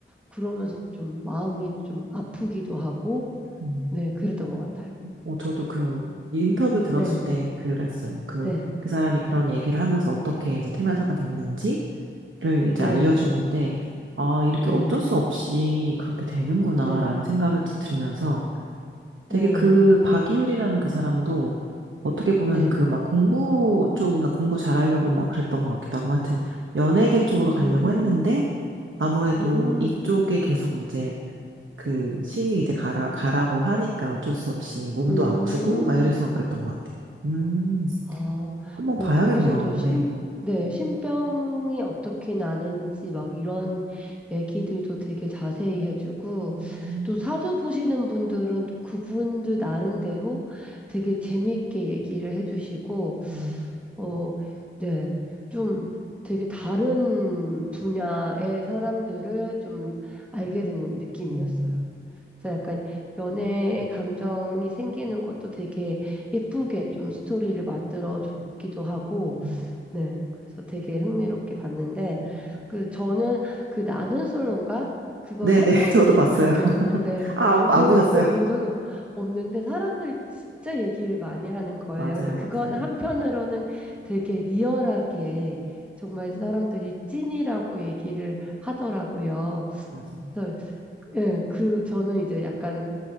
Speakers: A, in the centre; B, on the right (about 70°).
A: 그러면서 좀 마음이 좀 아프기도 하고
B: 음.
A: 네, 그랬던 것 같아요.
B: 어, 저도 그 인터뷰 들었을
A: 네,
B: 때 그랬어요. 그,
A: 네,
B: 그 사람이 그런 얘기를 하면서 어떻게 이제 퇴면사가 됐는지를 이제
A: 네,
B: 알려주는데,
A: 네,
B: 아, 이렇게
A: 네,
B: 어쩔 수 없이 그렇게 되는구나라는
A: 네,
B: 생각을 들면서
A: 네,
B: 되게 그 박이율이라는 그 사람도 어떻게 보면
A: 네.
B: 그 막 공부 쪽인가 공부 잘하려고 막 그랬던 것 같기도 하고 하여튼 연예계 쪽으로 가려고
A: 음,
B: 했는데 아무래도
A: 음,
B: 이쪽에 계속 이제 그 신이 이제 가라, 가라고 하니까 어쩔 수 없이 몸도
A: 음.
B: 아프고 막 이래서 그랬던 것 같아요. 음,
A: 아,
B: 한번
A: 네,
B: 봐야겠네요.
A: 거기서도 심,
B: 네.
A: 네, 신병이 어떻게 나는지 막 이런 얘기들도 되게 자세히 해주고,
B: 음,
A: 또 사주 보시는 분들은 또 그분들 나름대로 되게 재밌게 얘기를 해주시고,
B: 음,
A: 어, 네, 좀 되게 다른 분야의 사람들을 좀 알게 된 느낌이었어요.
B: 음,
A: 그래서 약간 연애의 감정이 생기는 것도 되게 예쁘게 좀 스토리를 만들어 줬기도 하고,
B: 음,
A: 네. 그래서 되게 흥미롭게 봤는데,
B: 음.
A: 그 저는 그 나는 솔로인가? 그걸
B: 네네,
A: 한
B: <laughs>
A: 번도
B: 저도
A: 본
B: 봤어요.
A: 적이
B: <laughs>
A: 없는데,
B: 아, 안,
A: 저는
B: 안 보셨어요?
A: 그걸 본
B: <laughs>
A: 적이 없- 없는데, 사람들이 진짜 얘기를 많이 하는 거예요.
B: 맞아요,
A: 근데 그거는
B: 맞아요.
A: 한편으로는 되게 리얼하게 정말 사람들이 찐이라고 얘기를 하더라고요.
B: 맞아요.
A: 그래서 그, 예, 그 저는 이제 약간